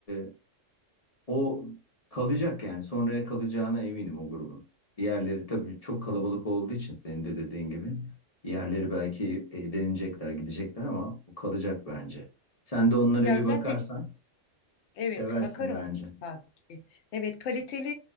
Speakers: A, on the left (about 35°); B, on the left (about 65°).
A: e, o kalacak yani. Sonraya kalacağına eminim o grubun. Diğerleri tabii çok kalabalık olduğu için senin de dediğin gibi. Diğerleri belki eğlenecekler, gidecekler ama o kalacak bence. Sen de onlara
B: Ya
A: bir
B: zaten
A: bakarsan
B: Evet,
A: seversin
B: bakarım
A: bence.
B: mutlaka. ki. Evet, kaliteli